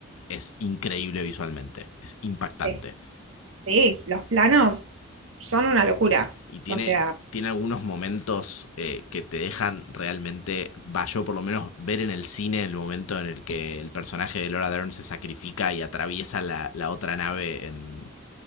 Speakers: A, on the left (about 85°); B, on the right (about 70°).
A: es increíble visualmente, es impactante.
B: Sí, sí, los planos son una locura.
A: Y tiene,
B: O sea,
A: tiene algunos momentos eh, que te dejan realmente, va yo por lo menos ver en el cine el momento en el que el personaje de Laura Dern se sacrifica y atraviesa la, la otra nave en,